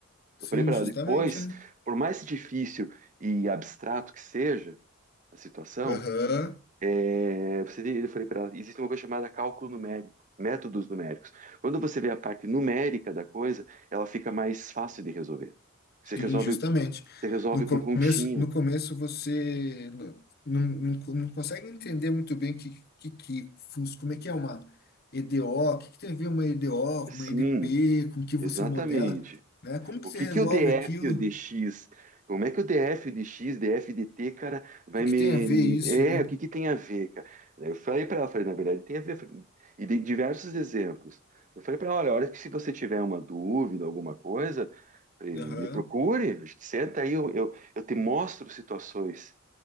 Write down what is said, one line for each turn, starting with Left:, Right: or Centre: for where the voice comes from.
Left: Sim,
Right: Eu falei para
Left: justamente.
Right: ela, depois,
Left: né?
Right: por mais difícil e abstrato que seja a situação,
Left: Aham.
Right: é, você, eu falei para ela, existe uma coisa chamada cálculo numérico, métodos numéricos. Quando você vê a parte numérica da coisa, ela fica mais fácil de resolver. Você resolve,
Left: Sim, justamente.
Right: você resolve
Left: No começo,
Right: com continha.
Left: no começo você não, não, não não consegue entender muito bem que, que, que, fun- como é que é uma EDO, o o que, que tem a ver uma EDO,
Right: Sim,
Left: uma EDP, com o que
Right: exatamente.
Left: você modela, né? Como que
Right: O
Left: você
Right: que
Left: resolve
Right: que o DF
Left: aquilo?
Right: e o DX, como é que o DF, o DX, DF, DT, cara, vai
Left: que, que
Right: me...
Left: tem a ver isso,
Right: É,
Left: né?
Right: o que que tem a ver, cara? Daí Eu falei para ela, falei, na verdade, tem a ver, falei, e dei diversos exemplos. Eu falei para ela, olha, a hora que se você tiver uma dúvida, alguma coisa, falei,
Left: Aham.
Right: me procure, a gente senta aí, eu, eu, eu te mostro situações